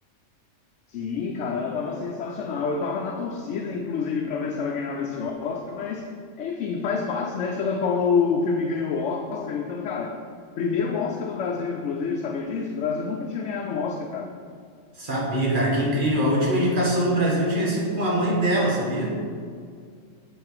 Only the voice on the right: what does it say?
Sabia, cara, que incrível. A última indicação do Brasil tinha sido com a mãe dela, sabia?